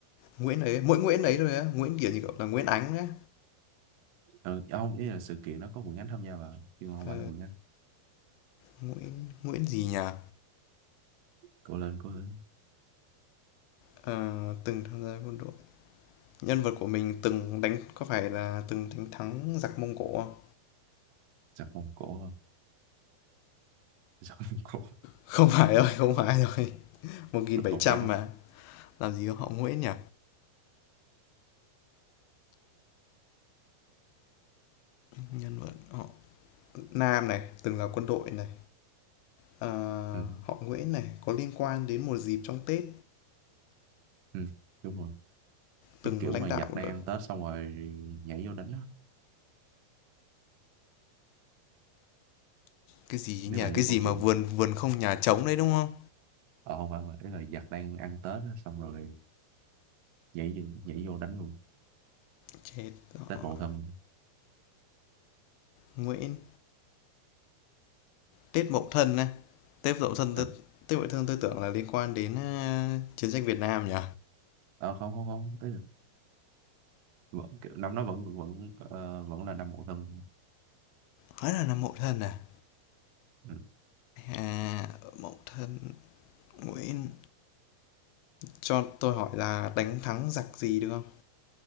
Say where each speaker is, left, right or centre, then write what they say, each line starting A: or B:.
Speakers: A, on the left; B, on the right.
A: Nguyễn ấy, mỗi Nguyễn ấy thôi á, Nguyễn kiểu như cậu là Nguyễn Ánh đấy
B: ừ, ông ý là sự kiện nó có Nguyễn Ánh tham gia vào chứ không
A: Ờ,
B: phải là Nguyễn Ánh
A: Nguyễn Nguyễn gì nhỉ?
B: cố lên cố lên
A: Ờ, từng tham gia quân đội. Nhân vật của mình từng đánh có phải là từng đánh thắng giặc Mông Cổ không?
B: giặt mông cổ không giặt mông cổ
A: Không phải rồi, không phải rồi. một
B: <laughs>
A: nghìn
B: mình
A: bảy
B: còn
A: trăm
B: chắc luôn
A: mà. Làm gì có họ Nguyễn nhỉ? Nhân vật họ Nam này, từng là quân đội này. Ờ,
B: ừ,
A: họ Nguyễn này có liên quan đến một dịp trong Tết
B: ừ, đúng rồi
A: từng
B: cái kiểu
A: lãnh
B: mà
A: đạo
B: giặt đang
A: đội
B: ăn Tết xong rồi nhảy vô đánh á
A: cái gì
B: nếu
A: nhỉ?
B: bạn
A: Cái
B: biết
A: gì
B: câu
A: mà
B: chuyện
A: vườn vườn không nhà trống đấy đúng không?
B: ờ không phải mà ý là giặt đang ăn Tết á xong rồi nhảy vô- nhảy vô đánh luôn
A: Chết
B: Tết
A: họ
B: Mậu Thân
A: Nguyễn Tiết Mậu Thân này, Tiết Mậu Thân
B: ừ.
A: tôi Tiết Mậu Thân tôi tưởng là liên quan đến a, chiến tranh Việt Nam nhỉ?
B: ờ không không không ý là, vẫn, kiểu- năm đó vẫn vẫn ờ, vẫn là năm Mậu Thân
A: Hóa là là Mậu Thân à?
B: ừ.
A: À, Mậu Thân Nguyễn cho tôi hỏi là đánh thắng giặc gì được không?